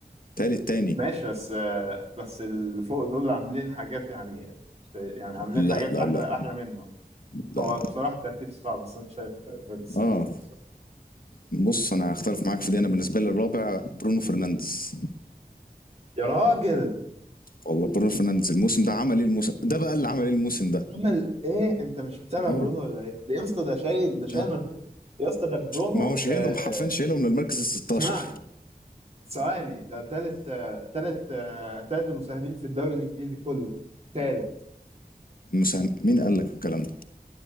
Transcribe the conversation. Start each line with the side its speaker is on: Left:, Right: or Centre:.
Left: تالت تاني
Right: ماشي بس آه، بس اللي فوق دول عاملين حاجات يعني يعني عاملين
Left: لا
Right: حاجات
Left: لا
Right: احلى
Left: لا
Right: احلى منه
Left: لا
Right: هو
Left: لا
Right: بصراحه الترتيب صعب بس انا شايف فيرتس
Left: اه
Right: الرابع بصراحه
Left: بص انا هختلف معاك في دي انا بالنسبه لي الرابع برونو فرنانديز
Right: يا راجل
Left: والله برونو فرنانديز الموسم ده عمل ايه الموسم ده بقى اللي عمل ايه الموسم ده
Right: عمل ايه انت مش متابع
Left: اه
Right: برونو ولا ايه ده يا اسطى ده شايل ده شايل
Left: تابع
Right: مجد- يا اسطى ده برونو
Left: ما هو شايلهم
Right: آه
Left: حرفيا شايلهم للمركز ال 16
Right: اسمعني ثواني ده تالت آه تالت آه تالت المساهمين في الدوري الانجليزي كله تالت
Left: المساهم مين قال لك الكلام ده